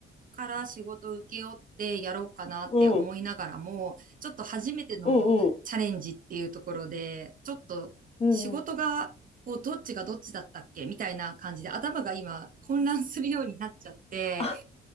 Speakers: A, on the right; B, on the left.
A: から仕事を請け負ってやろうかなって思いながらも、
B: うん
A: ちょっと初めてのチャレンジっていうところで、
B: うんうん。
A: ちょっと仕事が、
B: うんうん。
A: こう、どっちがどっちだったっけみたいな感じで、頭が今混乱するようになっちゃって、
B: あ、